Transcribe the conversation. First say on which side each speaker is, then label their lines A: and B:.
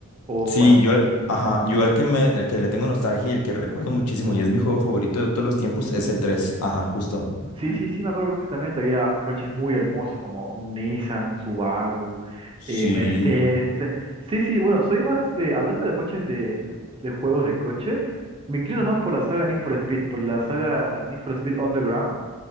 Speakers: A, on the right (about 25°); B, on the left (about 75°).
A: o
B: Sí,
A: cuál?
B: yo, al- ajá, yo al que me, el que le tengo nostalgia y el que recuerdo muchísimo y es mi juego favorito de todos los tiempos es el 3. ajá, justo.
A: Sí, sí, sí, me acuerdo perfectamente. Había coches muy hermosos como un Nissan, Subaru,
B: Sí.
A: eh, Mercedes. Entonces, sí, sí, bueno, soy más de, hablando de coches de, de juegos de coche, me inclino más por la saga Need for Speed, por la saga Need for Speed Underground.